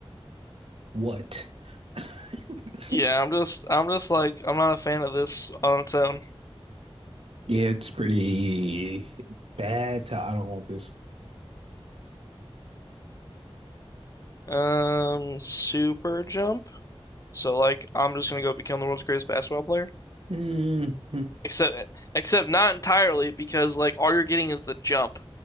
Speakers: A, on the right (about 70°); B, on the left (about 35°).
A: What?" <laughs>
B: Yeah, I'm just I'm just like I'm not a fan of this on its own.
A: Yeah, it's pretty bad. To, I don't want this. <laughs>
B: Um, super jump. So like I'm just gonna go become the world's greatest basketball player.
A: Mhm.
B: Except except not entirely because like all you're getting is the jump,